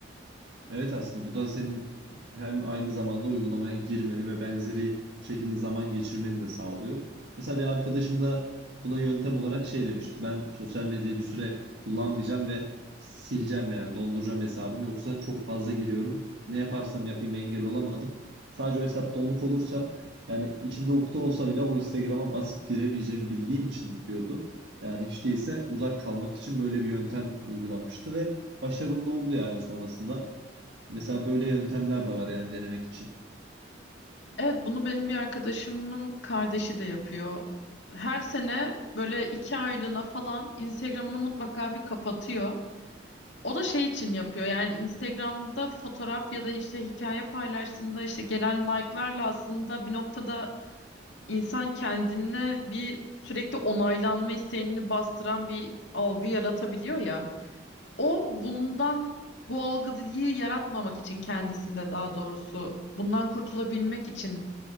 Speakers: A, on the right; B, on the left.
A: Evet aslında bu da senin hem aynı zamanda uygulamaya girmeni ve benzeri şekilde zaman geçirmeni de sağlıyor. Mesela bir arkadaşım da buna yöntem olarak şey demişti. Ben sosyal medyayı bir süre kullanmayacağım ve sileceğim yani donduracağım hesabımı. Yoksa çok fazla giriyorum. Ne yaparsam yapayım engel olamadım. Sadece o hesap donuk olursa yani içimde ukde olsa bile o Instagram'a basıp giremeyeceğimi bildiğim için diyordu. Yani hiç değilse uzak kalmak için böyle bir yöntem uygulamıştı ve başarılı da oldu yani sonrasında. Mesela böyle yöntemler de var yani denemek için.
B: Evet, bunu benim bir arkadaşımın kardeşi de yapıyor. Her sene böyle iki aylığına falan Instagram'ını mutlaka bir kapatıyor. O da şey için yapıyor yani Instagram'da fotoğraf ya da işte hikaye paylaştığında işte gelen like'larla aslında bir noktada insan kendine bir sürekli onaylanma isteğini bastıran bir algı yaratabiliyor ya. O bundan bu algıyı yaratmamak için kendisinde daha doğrusu bundan kurtulabilmek için